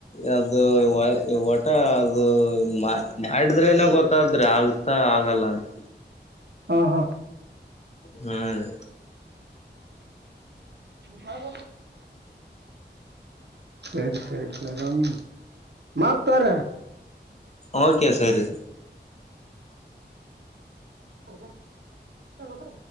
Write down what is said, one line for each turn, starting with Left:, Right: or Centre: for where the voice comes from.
Left: ಅದು ಒಟ ಅದು ಮಾಡಿದ್ರೆನ ಗೊತ್ತ ತಾದ್ರೆ ಆಗ್ತಾ ಆಗಲ್ಲ ಅಂತ
Right: ಹಾ ಹಾ
Left: ಹಾ ರೀ
Right: ಸಡ ಸರಿ ಸರಿ ಸರಿ ಮಾಡಾರ್ತಾರ
Left: ಓಕೆ ಸರಿ
Right: ದ ಹ